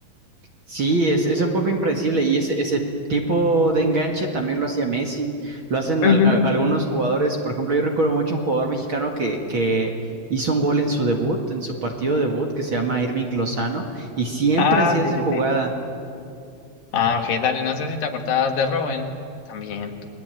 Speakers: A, on the right; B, on the left.
A: Sí, es, es un poco impredecible y ese, ese tipo de enganche también lo hacía Messi, lo hacen
B: Ujú.
A: al- a- algunos jugadores, por ejemplo, yo recuerdo mucho un jugador mexicano que, que hizo un gol en su debut, en su partido debut, que se llama Irving Lozano, y siempre
B: Ah,
A: hacía
B: sí,
A: esa
B: sí,
A: jugada,
B: sí. Ah, ok, dale, no sé si te acordabas de Robin también.